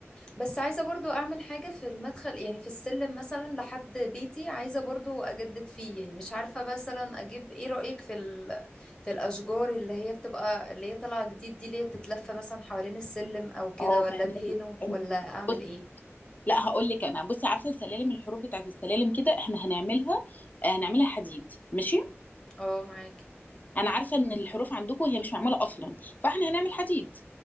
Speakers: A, on the left (about 20°); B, on the left (about 35°).
A: بس عايزة برضو اعمل حاجة في المدخل يعني في السلم مثلا لحد بيتي عايزة برضو اجدد فيه يعني مش عارفة مثلا اجيب ايه رأيك في ال... في الاشجار اللي هي بتبقى اللي هي طالعة جديد دي اللي هي بتتلف مثلا حوالين السلم او كده
B: اه
A: ولا
B: فاهمك
A: ادهنه
B: أنت-
A: ولا اعمل
B: بص
A: ايه
B: لا هقول لك انا بصي عارفه السلالم الحروف بتاعت السلالم كده احنا هنعملها هنعملها حديد ماشي
A: اه معاكي
B: انا عارفه ان الحروف عندكم هي مش معموله اصلا فاحنا هنعمل حديد